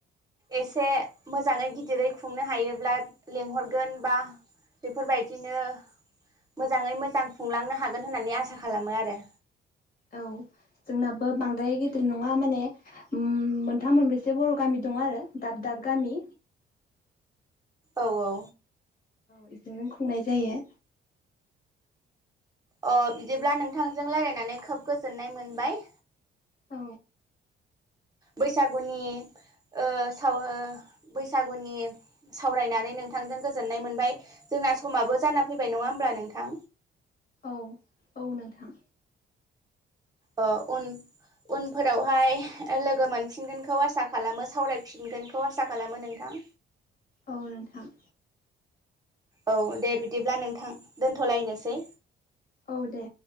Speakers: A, on the right; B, on the left.
A: एसे मोजाङै गिदिरै खुंनो हायोब्ला लेंंहरगोन बा बेफोरबायदिनो मोजाङै मोजां खुंलांनो हागोन होननानै आसा खालामो आरो।
B: औ जोंनाबो बांद्राय गेदिर नङा माने ओम मोनथाम मोनब्रैसो बर' गामि दं आरो दाब दाब गामि।
A: औ औ।
B: बेजोंनो खुंनाय जायो।
A: अ बिदिब्ला नोंथांजों रायलायनानै खोब गोजोननाय मोनबाय।
B: औ।
A: बैसागुनि ओं साव बैसागुनि सावरायनानै नोंथांजों गोजोननाय मोनबाय जोंना समाबो जाना फैबाय नङा होमब्ला नोंथां?
B: औ औ नोंथां।
A: अ उन-उनफोरावहाय लोगो मोनफिनगोनखौ आसा खालामो सावरायफिनगोनखौ आसा खालामो नोंथां।
B: औ नोंथां।
A: औ दे बिदिब्ला नोंथां दोन्थ'लायनोसै।
B: औ दे।